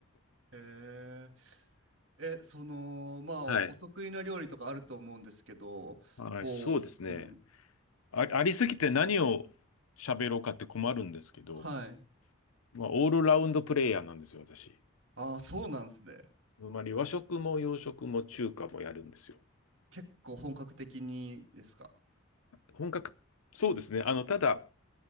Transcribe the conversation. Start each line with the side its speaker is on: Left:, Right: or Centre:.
Right: えー、え、その、まあ、
Left: はい。
Right: お得意な料理とかあると思うんですけど、
Left: はい、
Right: こう、
Left: そうですね。
Right: うん。
Left: あ、ありすぎて何を喋ろうかって困るんですけど、
Right: はい。
Left: まあ、オールラウンドプレイヤーなんですよ、私。
Right: ああ、そうなんですね。
Left: つまり和食も洋食も中華もやるんですよ。
Right: 結構本格的にですか
Left: 本格、そうですね。あの、ただ、